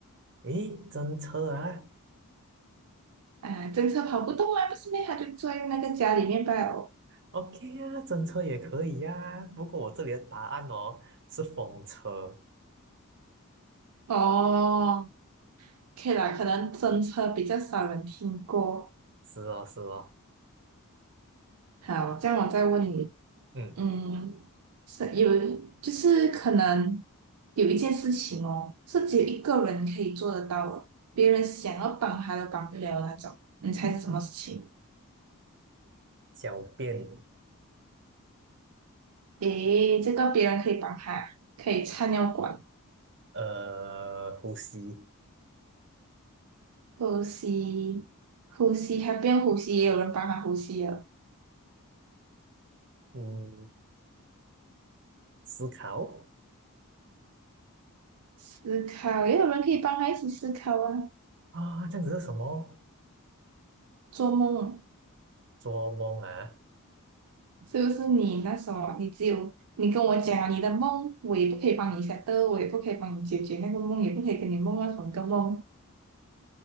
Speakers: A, on the right; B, on the right.
A: 诶，真车啊
B: 哎，真车跑不动啊，不是咩？他就坐在那个家里面罢哦。
A: ，OK 啊，真车也可以呀、啊不过我这里的答案哦是风车，
B: 哦，可以啦，可能真车比较少人听过。
A: 是哦是哦，
B: 好，这样我再问你，
A: 嗯。
B: 嗯，是有，就是可能有一件事情哦，是只有一个人可以做得到的，别人想要帮他都帮不了的那种。你猜是什么事情？
A: 小便，
B: 诶，这个别人可以帮他，可以插尿管、
A: 呃，呼吸，
B: 呼吸、呼吸，他不用呼吸，也有人帮他呼吸了。
A: 嗯，思考
B: 思考，也有人可以帮他一起思考啊。
A: 啊，这样子是什么？
B: 做梦啊，
A: 做梦啊
B: 是不是你那时候你只有你跟我讲了你的梦，我也不可以帮你 s e 我也不可以帮你解决那个梦，也不可以跟你梦到同一个梦。